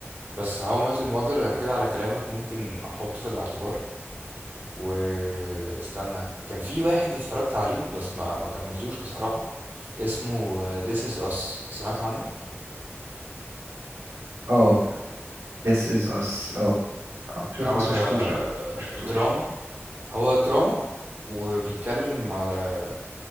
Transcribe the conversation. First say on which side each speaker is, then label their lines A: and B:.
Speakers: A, on the right; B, on the right.
A: بس هاو مات يور ماذر انا كده على كلامك ممكن احطه في الاعتبار واستنى كان في واحد اتفرجت عليه بس ما ما كملتوش بصراحة اسمه This is Us سمعت عنه
B: اه this is us اه اه شفت
A: اه
B: بس
A: ده
B: ما شفتوش
A: على
B: لا ما شفتوش
A: دراما هو دراما وبيتكلم على